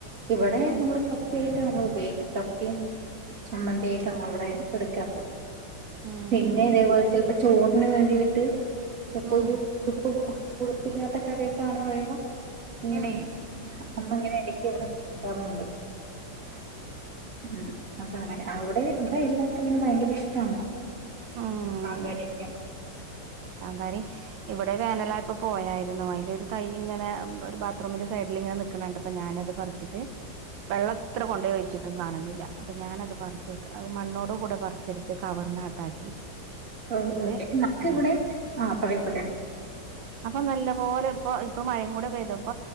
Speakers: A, on the right (about 45°); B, on the right (about 80°).
A: ഇവിടെ
B: ഉം
A: നമ്മള് കപ്പയായിട്ടാ നമ്മ ഉപയോഗിക്ക കപ്പയും ചമ്മന്തിയായിട്ട
B: ഉം
A: നമ്മള് ഇവിടെ എടുക്ക പ്പൊ
B: ഉം
A: പിന്നെ
B: ഉം
A: ഇതേപോലെ ചെൽ ച <unintelligible> ഇപ്പൊ ചോറിന് വേണ്ടീട്ട് ചെൽപ്പൊ
B: ഉം
A: ഒരു ഉപ്പ് കുഴപ്പില്ലാത്ത കറിയൊക്കാണ് പറയുമ്പൊ ഇങ്ങനെ
B: ഉം
A: അമ്മ ഇങ്ങനെ ഇടക്ക് ഇവിടെ ഉണ്ടാക്കാറുണ്ട്
B: ഉം ഉം ഉം
A: ഉ അപ്പൊ അങ്ങനെ അവിടെ ഇവിടെ എല്ലാവർക്കും അങ്ങനെ ഭയങ്കര ഇഷ്ട്ടമാണ്
B: ഉം
A: സാമ്പാറൊക്കെ
B: അതെ കാന്താരി ഇവിടെ വേനലായപ്പൊ പോയായിരുന്നു അതിലൊരു തൈ ഇങ്ങനെ ഒരു ബാത്റൂമിന്റെ സൈഡിൽ ഇങ്ങനെനി ക്കണ കണ്ടപ്പൊ ഞാനത് പറിച്ചിട്ട് വെള്ളംത്ര കൊണ്ടൊഴിച്ചിട്ടും കാണുന്നില്ല അപ്പൊ ഞാനത് പറിച്ച് മണ്ണോടെ കൂടെ പറി ച്ചെടുത്ത് കവറിനകത്താക്കി
A: ഓ
B: എന്നിട്ട്
A: ഓക്കെ നമുക്കിവിടെ
B: ആ
A: ആ പറയൂ പറയാം
B: അപ്പൊ നല്ലപോലെ ഇപ്പൊ ഇപ്പ മഴയും കൂടെ പെയ്തപ്പ